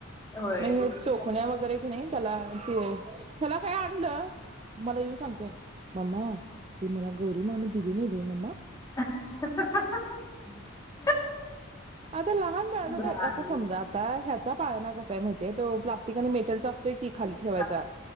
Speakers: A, on the left; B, on the right.
A: होय
B: मग
A: ते
B: हे
A: चुकताना
B: चोखण्या वगैरे की नाही त्याला आणती ओय. ह्याला काय आणलं? मला येऊन सांगत्याय मम्मा, ती मला गौरी मामी दिली नाय बाई मम्मा.
A: <unintelligible>
B: आता लहान बाळाचं
A: बाई!
B: आता समजा आता ह्यात पाळणा कस माहिती हाय? तो प्लास्टिक आणि मेटल चा असतोय की खाली ठेवायचा.
A: हां,